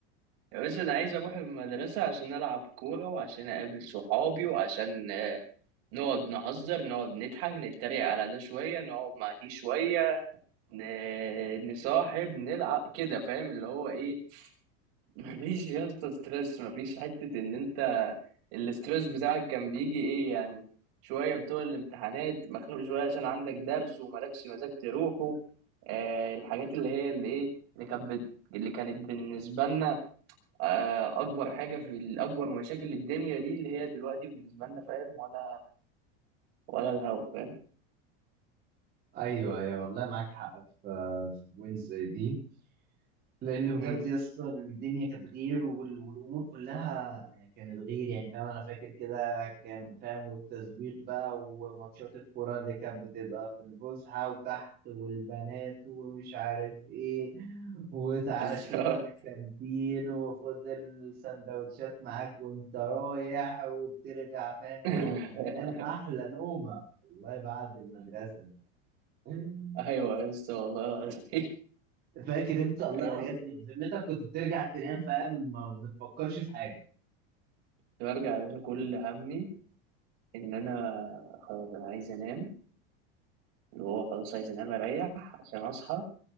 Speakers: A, on the right; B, on the right.
A: يا باشا انا عايز اروح المدرسه عشان العب كوره وعشان اقابل صحابي وعشان آه، نقعد نهزر نقعد نضحك نتريق على ده شويه نقعد مع دي شويه ن- نصاحب نلعب كده فاهم اللي هو ايه مفيش يا اسطى ستريس مفيش حتة ان انت الاستريس بتاعك كان بيجي ايه يعني شوية بتوع الامتحانات مخنوق شوية عشان عندك درس وملكش مزاج تروحه آه الحاجات اللي هي اللي ايه اللي كانت بت- اللي كانت بالنسبة لنا آه اكبر حاجة في ال- اكبر مشاكل الدنيا دي اللي هي دلوقتي بالنسبة لنا فاهم ولا ولا الهوا فاهم
B: ايوه ايوه والله معاك حق في في وينز دي لان
A: مم،
B: بجد يا اسطى الدنيا كانت غير وال- والامور كلها كانت غير يعني فاهم انا فاكر كده كان فاهم والتسويق بقى وماتشات الكوره اللي كانت بتبقى في الفسحه وتحت والبنات ومش عارف ايه وتعالى
A: بالظبط
B: اشتري ده من الكانتين وخد السندوتشات معاك وانت رايح وبترجع فاهم
A: <laughs>
B: كنت تنام احلى نومه والله بعد المدرسه دي <laughs>
A: ايوه يا اسطى والله العظيم <laughs>
B: فاكر انت الله
A: أيوة،
B: الحاجات دي كانت بذمتك كنت بترجع تنام فاهم ما بتفكرش في حاجه
A: برجع يا باشا كل همي ان انا خلاص انا عايز انام اللي هو خلاص عايز انام اريح عشان اصحى